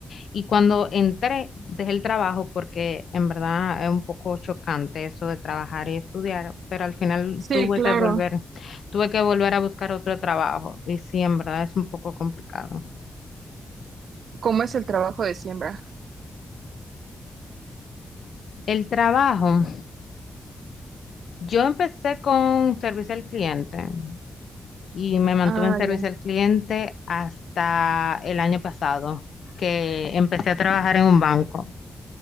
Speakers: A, on the left (about 75°); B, on the right (about 80°).
A: y cuando entré, dejé el trabajo porque en verdad es un poco chocante eso de trabajar y estudiar, pero al final
B: Sí,
A: tuve
B: claro.
A: que volver, tuve que volver a buscar otro trabajo y sí, en verdad es un poco complicado.
B: ¿Cómo es el trabajo de siembra?
A: El trabajo, yo empecé con servicio al cliente y me mantuve
B: Ah,
A: en servicio
B: ya.
A: al cliente hasta el año pasado, que empecé a trabajar en un banco.